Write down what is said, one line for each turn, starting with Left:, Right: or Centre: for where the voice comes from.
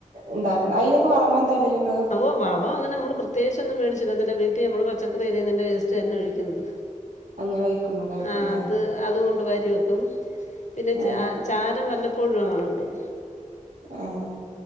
Right: ഉണ്ടാക്കണം അതിനൊക്കെ വളം എന്താ ഇടല് നിങ്ങള്
Left: അവ വളം അങ്ങനെ നമ്മള് പ്രത്യേകിച്ചൊന്നും മേടിച്ചിട വീട്ടിൽ നമ്മള് പച്ചക്കറി അരിയുന്നതിന്റെ വേസ്റ്റ് തന്നെ ഒഴിക്കുന്നത്
Right: അങ്ങനെ ഒഴിക്കുന്നതായിരിക്കുംല്ലേ
Left: ആ അത് <unintelligible> പിന്നെ
Right: ആഹ്
Left: ച ചാരം വല്ലപോ പ്പോഴും അങ്ങനെ ഇടും
Right: ആഹ്